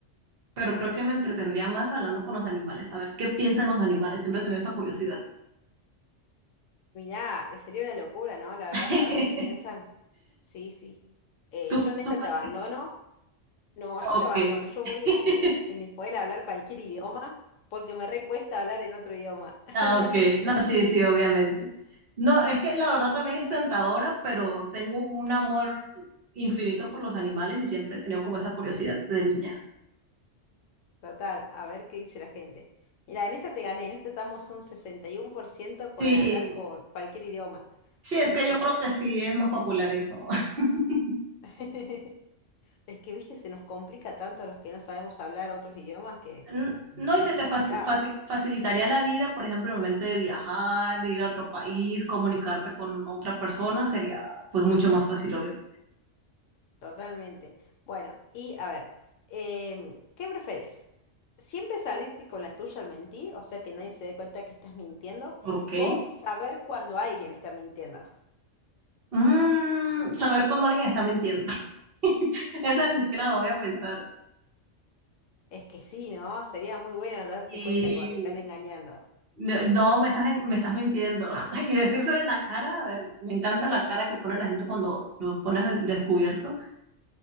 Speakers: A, on the right; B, on the left.
A: pero creo que me entretendría más hablando con los animales, a ver qué piensan los animales. Siempre he tenido esa curiosidad.
B: Mirá, eh, sería una locura, ¿no? La verdad,
A: <laughs>
B: saber qué piensan. Sí, sí. Eh,
A: ¿Tú,
B: yo en esta
A: tú cuál
B: te abandono.
A: elegirías?
B: No,
A: Ok,
B: yo te abandono. Yo
A: <laughs>
B: voy en el, en el poder hablar cualquier idioma porque me recuesta hablar en otro idioma. <laughs>
A: ah, ok. No, sí, sí, obviamente. No, es que la verdad también es tentadora, pero tengo un amor infinito por los animales y siempre he tenido como esa curiosidad de niña.
B: Total, a ver qué dice la gente. Mira, en esta te gané. En esta estamos un 61% con
A: Sí.
B: hablar con cualquier idioma.
A: Sí, es
B: Sí,
A: que
B: sí.
A: yo creo que sí es más popular eso. <laughs>
B: <laughs> Es que, viste, se nos complica tanto a los que no sabemos hablar otros idiomas que
A: N- No,
B: es
A: y se te
B: complicado,
A: faci- fati- facilitaría la vida, por ejemplo, en el momento de viajar, de ir a otro país, comunicarte con otra persona, sería pues mucho más fácil, obviamente.
B: totalmente. Bueno, y a ver, em, ¿qué preferís? ¿Siempre salirte con la tuya al mentir? O sea, que nadie se dé cuenta que estás mintiendo.
A: Ok.
B: ¿O saber cuando alguien está mintiendo?
A: Mm, saber cuando alguien está mintiendo. <laughs> Esa ni siquiera la voy a pensar.
B: Es que sí, ¿no? Sería muy bueno darte
A: Y
B: cuenta cuando te están engañando.
A: no, no, me estás, en- me estás mintiendo. <laughs> Y decírselo en la cara, a ver, me encanta la cara que pone la gente cuando los pones al descubierto.